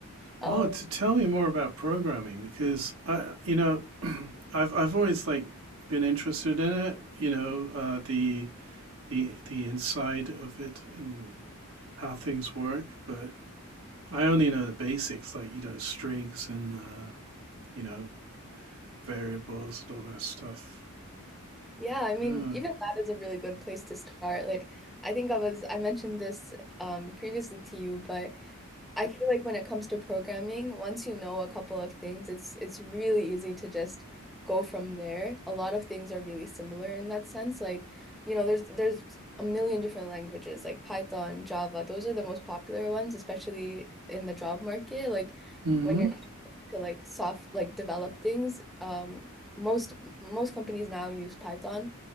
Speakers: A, on the right (about 65°); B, in the centre.
A: Well,
B: um
A: to tell me more about programming because I, you know, <clears throat> I've I've always like been interested in it. You know, uh, the the the inside of it and how things work, but I only know the basics, like you know, strings and uh, you know, variables and all that stuff.
B: yeah, I mean,
A: Yeah.
B: even that is a really good place to start. Like I think I was I mentioned this um previously to you, but I feel like when it comes to programming, once you know a couple of things, it's it's really easy to just go from there. A lot of things are really similar in that sense. Like, you know, there's there's a million different languages like Python, Java. Those are the most popular ones, especially in the job market. Like
A: Mm.
B: when you're to like soft like develop things, um most most companies now use Python